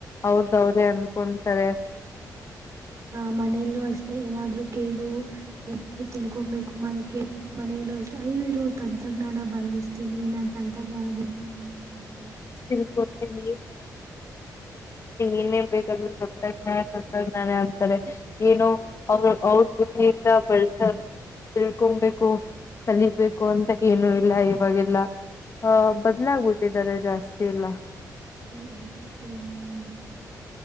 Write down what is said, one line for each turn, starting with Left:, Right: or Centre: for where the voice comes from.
Left: ಅವ್ರ್ದವ್ರೇ ಅನ್ಕೊನ್ತಾರೆ
Right: ಹ ಮನೆಯಲ್ಲೂ ಅಷ್ಟೇ ಏನಾದ್ರು ಕೇಳು ಏನಾದ್ರು ತಿಳ್ಕೊಮ್ಬೇಕು ಮನೆ ಕೇಳಿದೆ ಮನೆಯಲ್ಲೂ ಅಷ್ಟೆ ಅಯ್ಯೊ ಇರು ತಂತ್ರಜ್ಞಾನ ಬಲ್ಸ್ತೀನಿ ನಾನ್ ತಂತ್ರಜ್ಞಾನದಿಂದ <inaudible>
Left: ತಿನ್ಕೊಂತೀನಿ ಏನೇನ್ ಬೇಕಂದ್ರ <inaudible> ಸ ನ ತಂತ್ರಜ್ಞಾನ ಯಾವುದು ತರೆ ಏನೋ ಅವ್ರ ಅವ್ರ ಬುದ್ಧಿಯಿಂದ ಬಳ್ಸ ತಿಳ್ಕೊಮ್ಬೇಕು ಕಲಿಬೇಕು ಅಂತ ಏನು ಇ ಇಲ್ಲ ಇವಾಗೆಲ್ಲ ಹ ಬದಲಾಗಿಬಿಟ್ಟಿದ್ದಾರೆ ಜಾಸ್ ಇಲ್ಲ
Right: ಹೇ ಆಸಕ್ತಿ ಏನಿಲ್ಲ